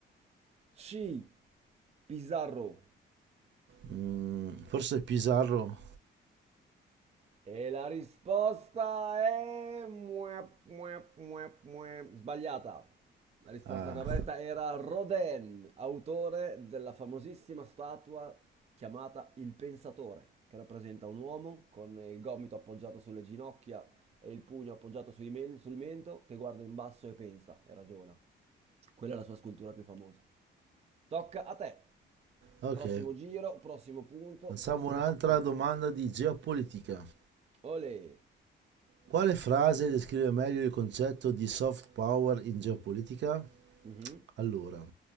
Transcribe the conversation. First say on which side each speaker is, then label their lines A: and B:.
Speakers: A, on the right; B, on the right.
A: C. Pizarro.
B: mm, forse Pizarro.
A: E la risposta è... muep, muep, muep, muep. Sbagliata. La risposta
B: Ah,
A: corretta era Rodin, autore della famosissima statua chiamata Il Pensatore, che rappresenta un uomo con il gomito appoggiato sulle ginocchia e il pugno appoggiato sui men- sul mento che guarda in basso e pensa e ragiona. Quella è la sua scultura più famosa. Tocca a te.
B: ok.
A: Prossimo giro, prossimo punto,
B: Facciamo
A: prossima
B: un'altra
A: fortuna.
B: domanda di geopolitica.
A: Olè.
B: Quale frase descrive meglio il concetto di soft power in geopolitica?
A: Mhm.
B: Allora,